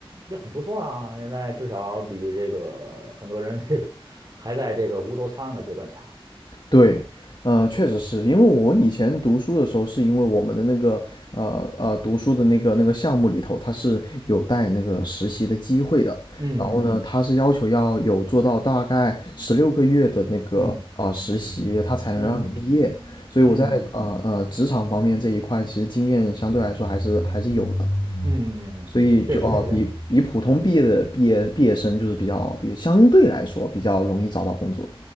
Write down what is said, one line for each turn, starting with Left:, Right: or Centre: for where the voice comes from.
Right: 就很不错啊，现在至少比这个很多人这个还在这个无头苍蝇的阶段强，对吧？
Left: 对，呃，
Right: 啊，
Left: 确实是因为我以前读书的时候，是因为我们的那个呃呃读书的那个那个项目里头，它是有带那个实习的机会的。
Right: 嗯嗯
Left: 然后呢，它是要求要有做到大概十六个月的那个啊、
Right: 嗯
Left: 呃实习，它才能让你毕业。
Right: 嗯嗯
Left: 所以我在呃呃职场方面这一块，
Right: 嗯嗯嗯
Left: 其实经验相对来说还是还是有的。
Right: 嗯嗯嗯，
Left: 所以就哦，
Right: 嗯确实是这样。
Left: 比比普通毕业的毕业毕业生就是比较比相对来说比较容易找到工作，